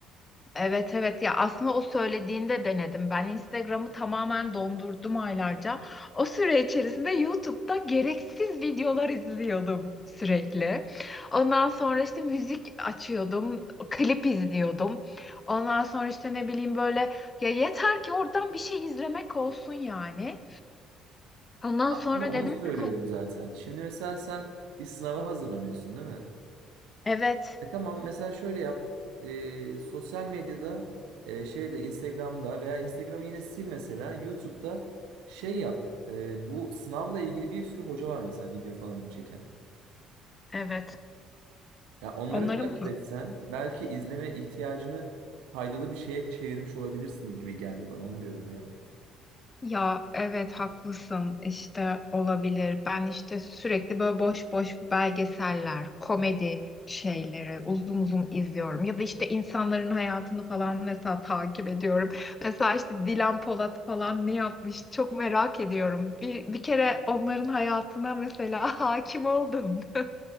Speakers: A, on the left; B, on the right.
A: Evet evet ya aslında o söylediğinde denedim. Ben Instagram'ı tamamen dondurdum aylarca. O süre içerisinde YouTube'da gereksiz videolar izliyordum sürekli. Ondan sonra işte müzik açıyordum, klip izliyordum. Ondan sonra işte ne bileyim böyle ya yeter ki oradan bir şey izlemek olsun yani. Ondan
B: Aslında
A: sonra
B: onu
A: dedim
B: söylüyorum
A: ki
B: zaten. Şimdi mesela sen bir sınava hazırlanıyorsun değil mi?
A: evet
B: E tamam mesela şöyle yap. Ee, sosyal medyada e, şeyde Instagram'da veya Instagram'ı yine sil mesela YouTube'da şey yap. Ee, bu sınavla ilgili bir sürü hoca var mesela video falan çeken.
A: evet
B: Ya onları
A: onların
B: takip etsen belki izleme ihtiyacını faydalı bir şeye çevirmiş olabilirsin gibi geldi bana. Onu diyorum yani.
A: Ya evet haklısın işte olabilir. Ben işte sürekli böyle boş boş belgeseller, komedi şeyleri uzun uzun izliyorum. Ya da işte insanların hayatını falan mesela takip ediyorum. Mesela işte Dilan Polat falan ne yapmış çok merak ediyorum. Bir, bir kere onların hayatına mesela <laughs> hakim oldum. <laughs>